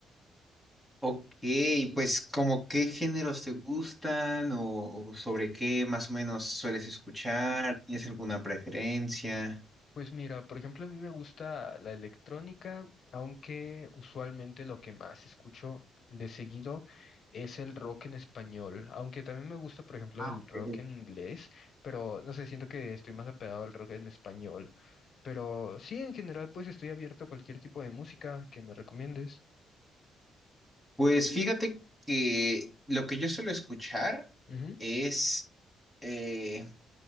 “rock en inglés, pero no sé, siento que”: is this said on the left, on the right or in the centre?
Left